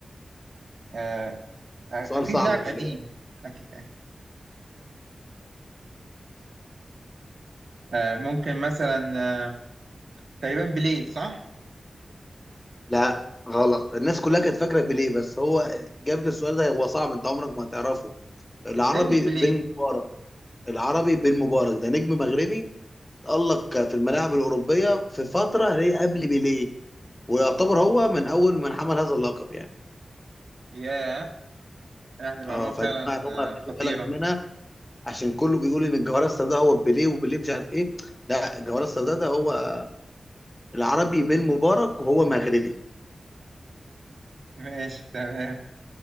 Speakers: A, on the right (about 80°); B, on the left (about 20°).
A: آه أ- أكيد
B: سؤال صعب
A: لاعب
B: ده خلي
A: قديم
B: بالك
A: أكيد آه ممكن مثلا آه تقريبا بيليه صح؟
B: لا غلط الناس كلها كانت فاكره بيليه بس هو جاب لي السؤال ده هو صعب انت عمرك ما هتعرفه العربي
A: إزاي مش بيليه؟
B: بن مبارك العربي بن مبارك ده نجم مغربي تألق في الملاعب الأوروبية في فترة هي قبل بيليه ويعتبر هو من أول من حمل هذا اللقب يعني
A: ياه آه دي معلومة
B: اه فدي
A: فعلا
B: معلومة خلي
A: آه خطيرة
B: بالك منها عشان كله بيقول إن الجوهرة السوداء هو بيليه وبيليه مش عارف إيه لا الجوهرة السوداء ده هو العربي بن مبارك وهو مغربي
A: ماشي تمام